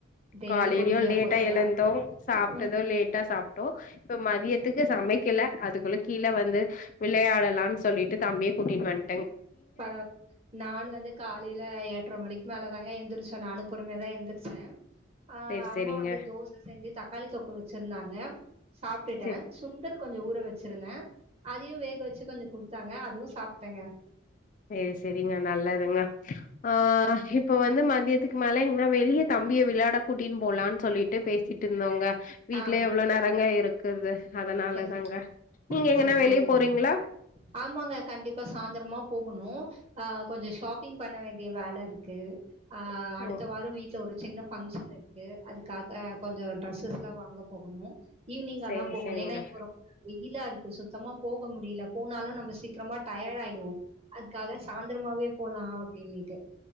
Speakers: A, on the right (about 30°); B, on the left (about 40°).
A: இதே
B: காலையிலயும்
A: பொறுமையா
B: லேட்டா
A: போகுதா
B: எழுந்தோம் சாப்பிட்டதும்
A: ம்,
B: லேட்டா சாப் இப்ப மதியத்துக்கு சமைக்கல அது கீழே வந்து விளையாடலாம்னு சொல்லிட்டு தம்பியே கூட்டிட்டு வந்
A: பர நானும் வந்து காலையில எட்ரை மணிக்கு மேலதாங்க எந்திரிச்சோ நானு பொறுமைய தான் எந்திரச்சேன் ஆஹ்
B: சேரி
A: அம்மா
B: சேரிங்க
A: வந்து தோசை செஞ்சு தக் தக்காளி தொக்கு வச்சிருந்தாங்க சாப்பிட்டுட்டன்
B: சேரி
A: சுண்டக் கொஞ்சம் ஊற வச்சிருந்த அதையும் வேக வச்சு கொஞ்சம் குடுத்தாங்க அதுவும் சாப்டேங்க
B: சேரி சேரிங்க நல்லதுங்க ஆஹ் இப்ப வந்து மதியத்துக்கு மேல எங்கன்னா வெளிய தம்பிய விளையாட கூட்டின்னு போலான்னு சொல்லிட்டு பேசிட்டு இருந்தோங்க வீட்லயே
A: ஆ
B: எவ்ளோ நேரங்க இருக் குறது அதனாலதாங்க
A: சரி
B: நீங்க
A: சரி
B: எங்கன்னா
A: சரி
B: வெளியே
A: போயிட்டு
B: போறீங்களா
A: வாங்க ஆமாங்க. கண்டிப்பா சாயந்தரமா போகணும் ஆஹ் கொஞ்ச ஷாப்பிங் பண்ண வேண்டிய வேலை இருக்கு ஆஹ் அடுத்த
B: ஓ
A: வாரம் வீட்டுல ஒரு சின்ன பங்க்ஷன் இருக்கு அதுக்காக கொஞ்சம் ட்ரெஸ்ஸஸ்லாம் வாங்க போகணும் ஈவினிங்கா
B: சேரி
A: தான் போகணும்.
B: சேரிங்க
A: ஏன்னா இப்போ ரொம்ப வெயிலா இருக்கு சுத்தமா போக முடியல போனாலும் நம்ம சீக்கிரமா டயர்ட் ஆயிடுவோம் அதுக்காக சாயந்திரமாவே போலாம் அப்படின்னுட்டு